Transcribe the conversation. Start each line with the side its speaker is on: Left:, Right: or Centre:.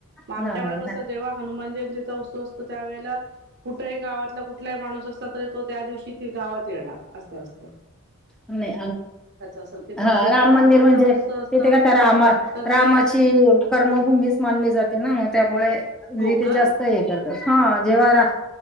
Right: मग आमच्याकड
Centre: हा हा
Right: कस
Centre: नाही
Right: जेव्हा हनुमान जयंतीचा उत्सव असतो त्यावेळेला कुठेही गावातला कुठलाही माणूस असता तरी तो त्या दिवशी ती गावात येणार असं असत.
Centre: नाही,
Right: असेल की
Centre: हा
Right: तुमच्या इथं
Centre: राम
Right: रामाचा
Centre: मंदिर म्हणजे
Right: उत्सव असत
Centre: तिथे का त्या रामा
Right: तर
Centre: रामाची
Right: तीस
Centre: कर्मभूमीच मानली जाते ना मग त्यामुळे मग
Right: हो
Centre: ते
Right: का
Centre: जास्त हे करतात, हा जेव्हा रा